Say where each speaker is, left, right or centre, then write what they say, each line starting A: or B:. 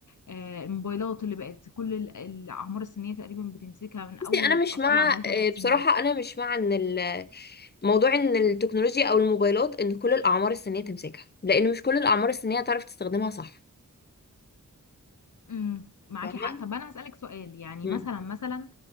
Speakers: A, on the left (about 60°); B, on the left (about 30°).
A: آه، الموبايلات اللي بقت كل ال- الأعمار السنية تقريبا بتمسكها من أول
B: بصي انا
A: الأطفال
B: مش مع
A: عندها ثلاث
B: آه، بصراحة
A: سنين
B: انا مش مع ان ال- موضوع ان التكنولوجيا او الموبايلات ان كل الاعمار السنية تمسكها لان مش كل الاعمار السنية تعرف تستخدمها صح
A: امم معاكي
B: فاهمة
A: حق طب أنا هسألك سؤال يعني
B: مم.
A: مثلا مثلا